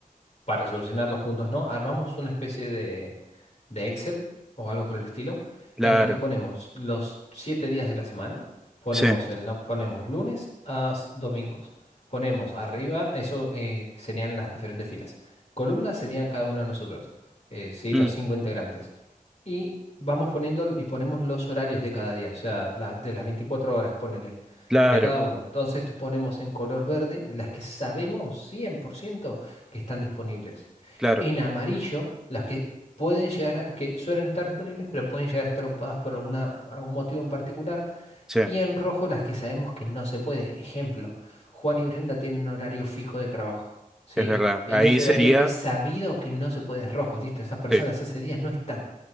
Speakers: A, on the left (about 45°); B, in the centre.
A: para solucionarlo juntos, ¿no? Armamos una especie de, de Excel o algo por el estilo,
B: Claro,
A: en el que ponemos los siete días de la semana, ponemos,
B: sí,
A: el, no- ponemos lunes a s- domingos, ponemos arriba, eso eh, serían las diferentes filas. Columnas serían cada uno de nosotros, eh, ¿sí? Los
B: mm,
A: cinco integrantes. Y vamos poniendo y ponemos los horarios de cada día, o sea, la- de las 24 horas, ponele,
B: claro,
A: de cada uno. Entonces ponemos en color verde las que sabemos 100% que están disponibles.
B: claro,
A: En amarillo, las que pueden llegar a, que suelen estar disponibles, pero pueden llegar a estar ocupadas por alguna, algún motivo en particular.
B: sí, es
A: Y en rojo, las que sabemos que no se puede. Ejemplo, Juan y Brenda tienen un horario fijo de trabajo, ¿sí?
B: verdad.
A: En
B: Ahí
A: ese
B: sería,
A: horario es sabido que no se puede, es rojo, listo, esas personas
B: sí,
A: ese día no están.